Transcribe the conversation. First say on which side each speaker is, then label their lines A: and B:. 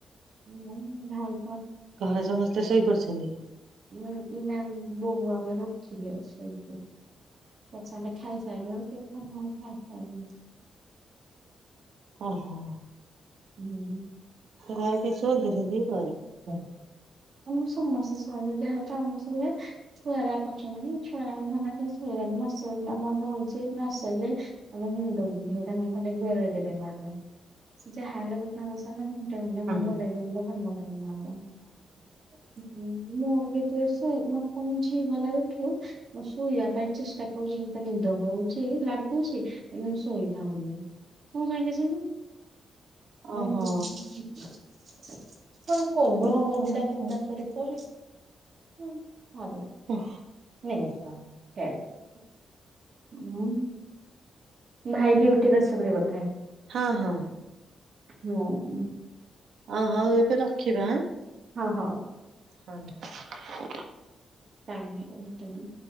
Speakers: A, on the right; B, on the right.
A: ଦମ ଧାଉ।
B: ଘରେ ସମସ୍ତେ ଶୋଇପଡିଛନ୍ତି।
A: ନାଇ ନା ବୋଉ ଆମର ଉଠିଲେ ଶୋଇପଡ଼ି। ପଛେ ଆମେ ଖାଇ ସାରିଲୁଣି <unintelligible>
B: ଓହୋ।
A: ହୁଁ।
B: ଘରେ କିଏ ଶୁଅନ୍ତିିନି ଦି ପହରେ।
A: ହୁଁ ଆମେ ସମସ୍ତେ ଶୁଅନ୍ତି ଯାହା କ୍ରମଶ ହୁଏ ଛୁଆ ଗୁରାକ ଅଛ <unintelligible> ଛୁଆ ରା ଖରା ରେ କେହି ଶୁଅ <unintelligible> ନଶୋଇଲେ ଆମର ତ ହଉଚି ନ ଶୋଇଲେ ଆମର ମୁଣ୍ଡ ବିନ୍ଧିବ ତାଙ୍କେ <unintelligible> ଗେରେ ଗେରେ ଲାଗବ। ସେ ଯାହା ହେଲେ ଗୋଟେ ଆମର। <unintelligible> <unintelligible>
B: ହଁ ହଁ
A: ବିନ୍ଧାହବ।
B: <unintelligible>
A: ଏବେ ଯେ ଶୋଇ ମତେ <unintelligible> ଭଲ ଲାଗେ ଆମେ ଖେଳୁ ମୁଁ ଶୋଇବା ପାଇଁ ଚେଷ୍ଟା କରୁଛି ମତେ ନିଦ ହଉ ଛି ଲାଗୁଛି ଏ କିନ୍ତୁ ଶୋଇପାରିନି କଣ ପାଇଁ କେଜାଣି। ନାଇଁ।
B: ଓହୋ
A: କଣ କରୁଣ ଗାଦି ଟା କୁ ଉଦା କରି କରି ଭ
B: ଓଃ।
A: ହେ ଥା ହିଆଡେ। ହୁଁ ଭାଇ ଡିଉଟିରୁ ଆସିବେଣି ବୋଧେ।
B: ହଁ ହଁ।
A: ନାଇ।
B: ଓ ହଉ ଏବେ ରଖିବା।
A: ହଁ ହଉ।
B: ହଁ।
A: ଟାଇମି ହେଇଗଲା ଟାଇମି।